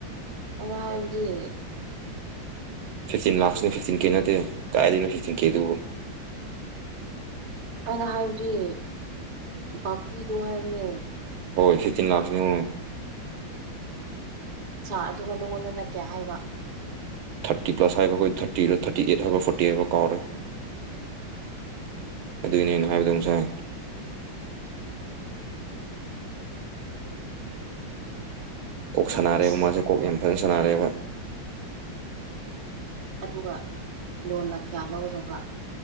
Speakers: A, on the right; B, on the right.
A: ꯑꯩꯅ ꯍꯥꯏꯕꯗꯤ
B: ꯐꯤꯐꯇꯤꯟ ꯂꯥꯛꯁ ꯅꯦ ꯐꯤꯞꯇꯤꯟ ꯀꯦ ꯅꯠꯇꯦ ꯀꯥꯏꯗꯩꯅꯣ ꯐꯤꯐꯇꯤꯟ ꯀꯦꯗꯨꯕꯣ
A: ꯑꯩꯅ ꯍꯥꯏꯕꯗꯤ ꯕꯥꯀꯤꯗꯣ ꯍꯥꯏꯕꯅꯦ
B: ꯍꯣꯏ ꯐꯤꯞꯇꯤꯟ ꯂꯥꯛꯁꯅꯤꯉꯣ
A: ꯁꯥ ꯑꯗꯨꯒ ꯅꯉꯣꯟꯗꯅ ꯀꯌꯥ ꯍꯥꯏꯕ
B: ꯐꯤꯞꯇꯤ ꯄ꯭꯭ꯂꯁ ꯍꯥꯏꯕ꯭ꯔꯥ ꯀꯣ ꯊꯥꯔꯇꯤ ꯔ ꯊꯥꯔꯇꯤ ꯑꯩꯠ ꯍꯥꯏꯕꯔ ꯐꯣꯔꯇꯤ ꯍꯥꯏꯕꯔ ꯀꯥꯎꯔꯦ ꯑꯗꯨꯏꯅꯦ ꯑꯩꯅ ꯍꯥꯏꯕꯗꯣ ꯉꯁꯥꯏ ꯀꯣꯛ ꯁꯥꯟꯅꯔꯦꯕ
A: ꯏꯁ
B: ꯃꯥꯁꯦ ꯀꯣꯛ ꯌꯥꯝ ꯐꯖꯅ ꯁꯥꯟꯅꯔꯦꯕ
A: ꯑꯗꯨꯒ ꯂꯣꯟꯅ ꯀꯌꯥ ꯂꯧꯔꯕ꯭ꯔꯥ